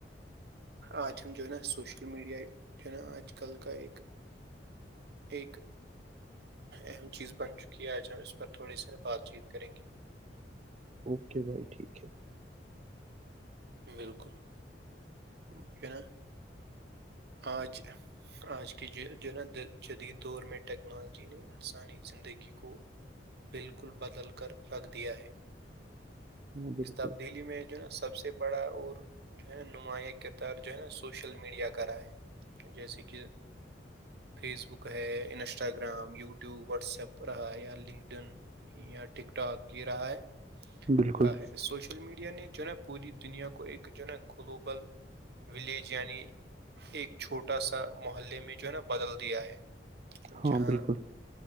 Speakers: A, on the right; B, on the right.
A: آج ہم جو ہے نا سوشل میڈیا جو ہے نا آج کل کا ایک ایک اہم چیز بن چکی ہے آج ہم اس پر تھوڑی سی نا بات چیت کریں گے
B: اوکے بھائی ٹھیک ہے
A: بالکل
B: ہوں
A: ہا آج آج کے جو جو ہے نا د جدید دور میں ٹیکنالوجی نے انسانی زندگی کو بالکل بدل کر رکھ دیا ہے
B: ہاں
A: اس
B: بالکل
A: تبدیلی میں جو نا سب سے بڑا اور جو ہے نا نمایاں کردار جو ہے نا سوشل میڈیا کر رہا ہے جیسے کہ فیس بک ہے Instagram YouTube WhatsApp رہا یا لنکڈ ان اں ٹھیک ٹھاک یہ رہا ہے
B: بالکل
A: کہ ہے سوشل میڈیا نے جو ہے نا پوری دنیا کو ایک جو ہے نا گلوبل ولیج یعنی ایک چھوٹا سا محلے میں جو ہے نا بدل دیا ہے
B: ہاں
A: جہاں
B: بالکل